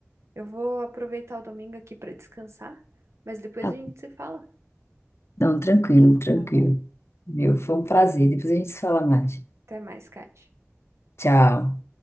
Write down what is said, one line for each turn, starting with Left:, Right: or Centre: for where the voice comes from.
Right: Eu vou aproveitar o domingo aqui pra descansar, mas depois
Left: Tá-
Right: a gente se fala,
Left: Não, tranquilo, tranquilo.
Right: tá bom?
Left: Meu, foi um prazer. Depois a gente se fala mais.
Right: Até mais, Kate.
Left: Tchau.